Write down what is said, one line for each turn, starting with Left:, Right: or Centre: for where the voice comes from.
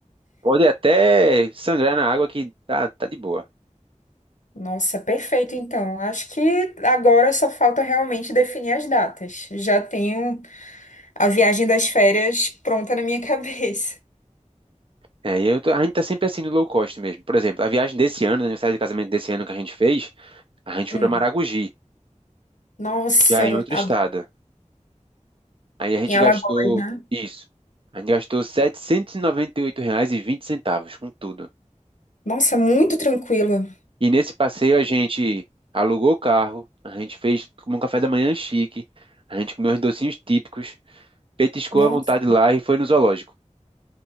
Right: Pode até sangrar na água que tá, tá de boa.
Left: Nossa, perfeito então. Acho que agora só falta realmente definir as datas. Já tenho a viagem das férias pronta na minha <laughs> cabeça.
Right: É, e eu tô- a gente tá sempre assim no low cost mesmo. Por exemplo, a viagem desse ano, o aniversário de casamento desse ano que a gente fez, a gente
Left: Hum.
Right: foi pra Maragogi,
Left: Nossa,
Right: já em outro
Left: a-
Right: estado. Aí a gente
Left: em Alagoas,
Right: gastou
Left: né?
Right: isso. A gente gastou R$ 798 reais e 20 centavos com tudo.
Left: Nossa, muito tranquilo.
Right: E nesse passeio a gente alugou o carro, a gente fez um café da manhã chique, a gente comeu uns docinhos típicos, petiscou
Left: Nossa,
Right: à vontade lá e foi no zoológico.